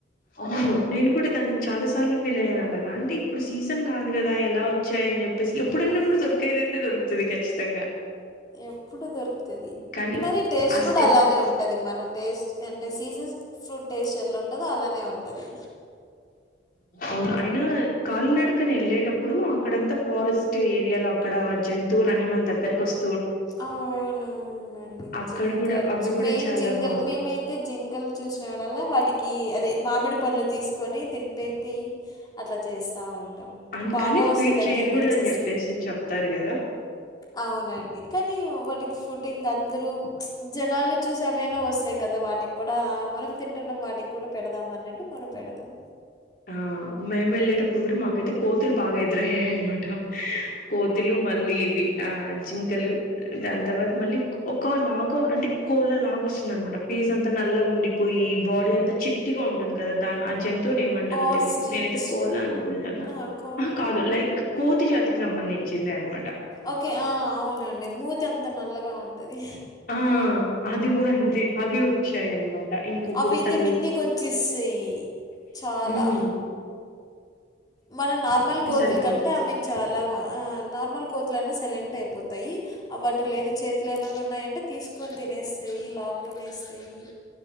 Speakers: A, on the left; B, on the left.
A: అవును నేను కూడా దానికి చాలా సార్లు ఫీల్ అయ్యాను అలాగా అంటే ఇప్పుడు సీజన్ కాదు కదా ఎలా వచ్ వచ్చాయని చెప్పేసి ఎప్పుడన్న
B: మనకి
A: కూడా దొరికేది అయితే దొరుకుతుంది ఖచ్చితంగా
B: ఎప్పుడు దొరుకుతుది
A: కానీ
B: మరి టేస్ట్
A: ఆ
B: కూడా
A: స్టెప్స్
B: అలానే ఉంటది మనకు టేస్ట్ అంటే సీజన్ ఫ్రూట్ టేస్ట్ ఎలా ఉంటదో అలానే ఉంటది
A: అవును అయినా కాలి నడకన వెళ్ళేటప్పుడు అక్కడంతా ఫారెస్ట్ ఏరియాలో అక్కడ జంతువులన్నీ మన దగ్గకు వస్
B: అవునవునండి
A: అక్కడ
B: జింకల్
A: కూడా అవి కూడా
B: మెయిన్
A: చాలా
B: జింకల్
A: బాగుంటాయి
B: మేమయితే జింకలు చూ వచ్చినపుడల్లా వాటికి అదే మామిడి పండ్లు తీసుకొని తినిపేది అట్లా చేస్తా ఉంటాం.
A: అందుకని
B: బాగా వస్తాయి
A: ఫీట్
B: దగ్గరకొచ్చేస్తాయి.
A: చేయకూడదని చెప్పేసి చెప్తారు కదా
B: అవునండి కా కానీ వాటికి ఫుడ్ ఇంక అందరు జనాలని చూసి అవైనా వస్తాయి కదా వాటికి కూడా మనం తింటున్నాం వాటికి కూడా పెడదాం అన్నట్టు మనం పెడతం
A: ఆ మేము ఎళ్ళేటప్పుడు కూడా మాకైతే కోతులు బాగా ఎదురయ్యాయనమాట కోతులు మళ్ళీ ఇవి ఆ జింకలు దాని తర్వాత మళ్ళీ ఒక లాగ అంటే కోలా లాగ వస్తుంది అనమాట ఫేస్ అంతా నల్లగా ఉండిపోయి ఈ బాడీ అంత చిట్టిగా ఉంటుంది కదా ఆ జంతువుని ఏమంటారో
B: ఆస్ట్రిచ్
A: తెలిదు నేనైతే కోలా అనుకుంటాన్నా
B: ఆహా! కో
A: ఆహ కాదు లైక్ కోతి జాతికి సంబంధించింది అనమాట
B: ఓకే ఆ అవునండి మూతంత నల్లగా ఉంటది
A: ఆ అది గుడా అంతే అవి వచ్ వచ్చాయనమాట ఇంకా ఈ
B: అవైతే
A: బుడతలు
B: మిందికొచ్చేస్తాయి చాలా.
A: హుమ్
B: మన నార్మల్ కోతుల
A: సరిపోతది
B: కంటే అవి చాలా ఆ నార్మల్ కోతు లైన సైలెంట్ అయిపోతాయి అ వాటి లేదు చేతులో ఏమన్నా ఉన్నాయంటే తీసుకొని తినేస్తాయి లాకునేస్తాయి